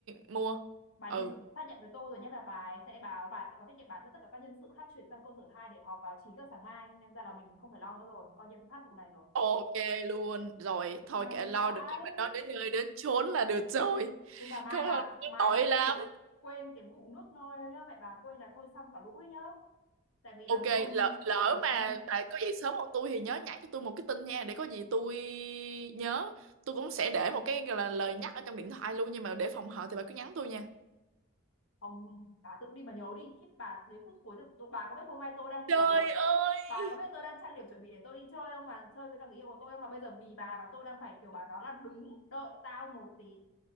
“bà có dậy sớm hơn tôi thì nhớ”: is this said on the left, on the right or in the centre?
Right